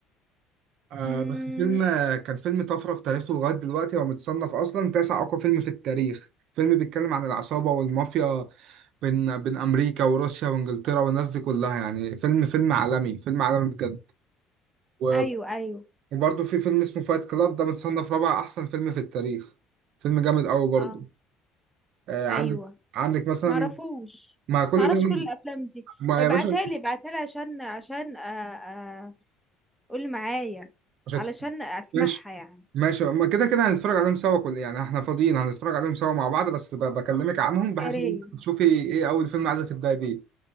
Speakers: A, on the right; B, in the centre.
A: آه
B: مم،
A: بس فيلم كان فيلم طفره في تاريخه لغايه دلوقتي هو متصنف اصلا تاسع اقوى فيلم في التاريخ فيلم بيتكلم عن العصابه والمافيا بين بين امريكا وروسيا وانجلترا والناس دي كلها يعني فيلم فيلم عالمي فيلم عالمي بجد و-
B: ايوه ايوه
A: وبرضه في فيلم اسمه فايت كلاب ده متصنف رابع احسن فيلم في التاريخ فيلم جامد قوي برضه
B: اه
A: آه عندك
B: ايوه
A: عندك مثلا
B: معرفوش
A: مع كل
B: معرفش
A: ده
B: كل الافلام دي
A: ما
B: ابعتها
A: يا باشا
B: لي ابعتها لي عشان عشان آه، آه، قول معايا
A: مش
B: علشان
A: هتف-
B: اسمعها
A: ماشي
B: يعني
A: ماشي ما كده كده هنتفرج عليهم سوا كل يعني احنا فاضيين هنتفرج عليهم سوا مع بعض بس ب- بكلمك عنهم بحيث
B: يا ريت
A: ان انت تشوفي ايه اول فيلم عايزه تبداي بيه